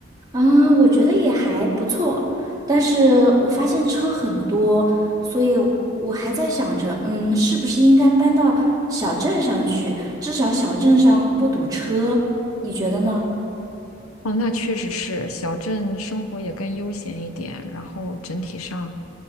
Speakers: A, on the right; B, on the left.
A: 嗯，我觉得也还不错，但是我发现车很多，所以我还在想着，嗯，是不是应该搬到小镇上去？至少小镇上不堵车，你觉得呢？
B: 哦，那确实是，小镇生活也更悠闲一点，然后整体上，